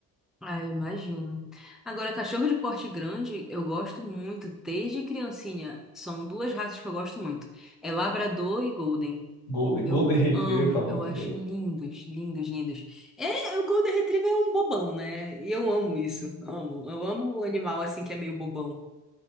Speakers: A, in the centre; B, on the left (about 70°).
A: Ah, eu imagino. Agora, cachorro de porte grande, eu gosto muito desde criancinha. São duas raças que eu gosto muito. É Labrador e Golden.
B: Golden,
A: Eu
B: Golden Retriever
A: amo,
B: fala muito
A: eu acho
B: bem.
A: lindos, lindos, lindos. É, o Golden Retriever é um bobão, né? E eu amo isso. Amo. Eu amo o animal assim que é meio bobão.